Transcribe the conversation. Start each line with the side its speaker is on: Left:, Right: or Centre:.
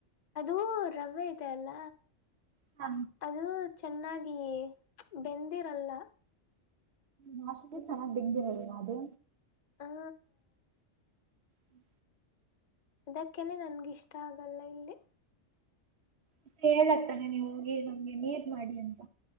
Left: ಅದೂ ರವೆ ಇದೆ ಅಲ್ಲ.
Right: ಹ.
Left: ಅದು ಚೆನ್ನಾಗಿ ಬೆಂದಿರಲ್ಲ.
Right: ನಾಷ್ಟಿಗೆ ಚೆನ್ನಾಗಿ ಬೆಂದಿರಲ್ಲ ಅದು.
Left: ಹ
Right: ಹ್ಮ್.
Left: ಅದಕ್ಕೇನೆ ನನ್ಗಿಷ್ಟ ಆಗಲ್ಲ ಇಲ್ಲಿ.
Right: ಮತ್ತೆ ಹೇಳತಾನ ನೀವು ಹೋಗ ಈ ನಮ್ಗೆ ನೀರ್ ಮಾಡಿ ಅಂತ.